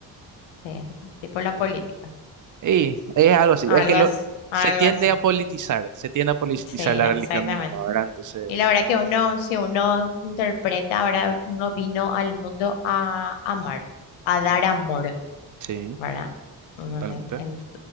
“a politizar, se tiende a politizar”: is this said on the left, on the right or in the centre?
Right